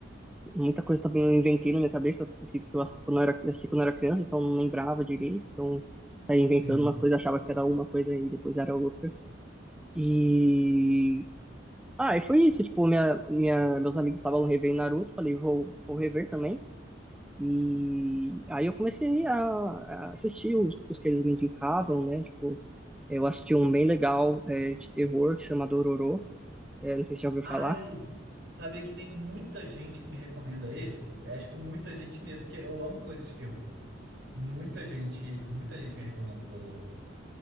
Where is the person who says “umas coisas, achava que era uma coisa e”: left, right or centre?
Centre